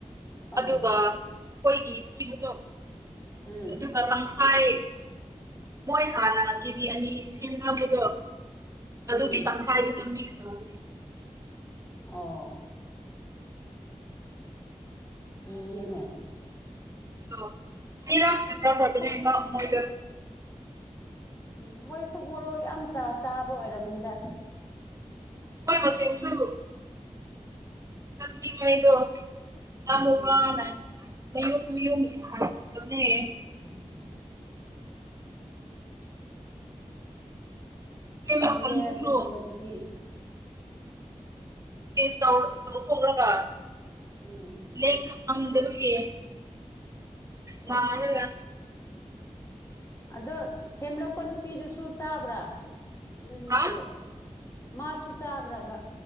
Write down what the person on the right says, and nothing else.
ꯑꯗꯨꯒ ꯑꯩꯈꯣꯏꯒꯤ ꯄꯤꯕꯗꯣ
ꯊꯙꯀꯥ ꯂꯥꯡꯈꯥꯏ ꯃꯣꯏ ꯍꯥꯟꯅ ꯀꯦꯖꯤ ꯑꯅꯤ ꯁꯦꯝꯈ꯭ꯔꯕꯗꯣ
ꯑꯗꯨꯒꯤ ꯇꯪꯈꯥꯏꯗꯨꯅ ꯃꯤꯁ ꯇꯧ
ꯑ ꯑꯅꯤ ꯔ ꯁꯟꯒꯥ ꯐꯕꯅꯦꯃꯥ
ꯎꯍꯣꯏꯗ
ꯍꯣꯏ ꯃꯁꯁꯨ ꯆꯪꯂꯤꯉꯩꯗꯣ ꯌꯥꯝ
ꯋꯥꯅ ꯃꯌꯨꯝ ꯃꯌꯨꯝꯉ ꯍꯥꯏ ꯦ
ꯁꯦꯝꯕ
ꯀꯥꯡꯕꯨꯁꯨ
ꯁ ꯇ ꯐ ꯀ
ꯍꯗꯔꯦ ꯃꯥꯒ
ꯀꯅꯥꯔ